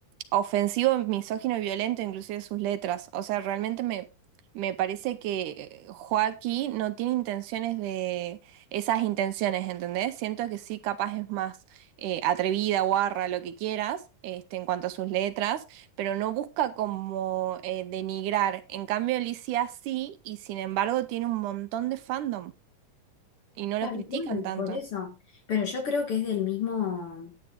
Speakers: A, on the right (about 75°); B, on the left (about 55°).
A: ofensivo, misógino y violento, inclusive sus letras. O sea, realmente me, me parece que Joaquín no tiene intenciones de esas intenciones, ¿entendés? Siento que sí, capaz es más eh, atrevida, guarra, lo que quieras, este, en cuanto a sus letras, pero no busca como eh, denigrar. En cambio, Alicia sí, y sin embargo tiene un montón de fandom y no
B: Tal
A: lo critican
B: cual,
A: tanto.
B: por eso. Pero yo creo que es del mismo,